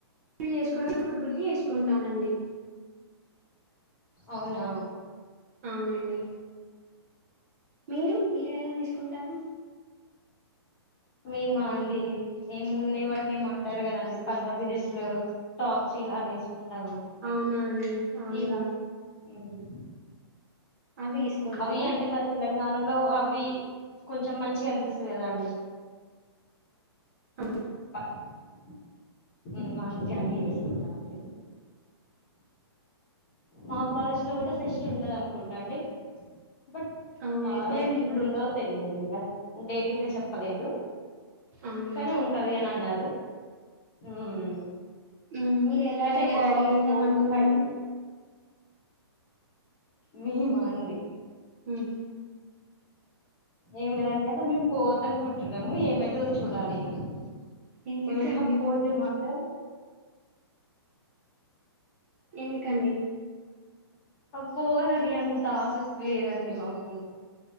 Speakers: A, on the right; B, on the left.
A: వేసుకోవడానికి కంఫర్టబుల్ వి వేసుకుంటానండి
B: అవునా
A: అవునండి మీరు మీరేలా వేసుకుంటారు
B: మేమా అండి ఏమున్నాయి వాటిని
A: మ్మ్.
B: ఏమో అంటారు కదండి పంజాబీ డ్రెస్లు టాప్స్ ఇలానే వేసుకుంటామండి
A: అవునా మ్మ్ అవునా
B: ఈ మా ఉమ్
A: అవ్వే వేసుకుంటారా
B: అవి అంటే మన తెలంగాణలో అవ్వి కొంచెం మంచిగా అనిపిస్తది కదా అండి
A: ఆ
B: <inaudible> అందుకే అవి వేసుకుంటామండి మా కాలేజ్ లో కూడా ఫెస్ట్ ఉంటంది అనుకుంటాండి బట్
A: అవునా
B: ఆ
A: ఎప్పుడండి
B: ఎప్పుడుంటదో తెలియదు ఇంకా డేట్ చెప్పలేదు
A: అవునా
B: కాని ఉంటది అని అన్నారు మ్మ్
A: ఉమ్, మీరు ఎలా
B: కానీ
A: తయ
B: ఒక
A: రెడీ అయిదాం
B: ఫోర్
A: అనుకున్నారు
B: టు ఫైవ్ డేస్ లో మేమా అండి
A: హ్హ్ మ్మ్
B: ఏం లేదండి అసలు మేము పోవద్దు అనుకుంటున్నాము ఏమైతదో చూడాలి ఇగా
A: ఎందుకండి
B: ఒకవేళ పోతే మాత్రం
A: ఎందుకండి
B: పోవాలని అంత ఆసక్తి లేదండి మాకు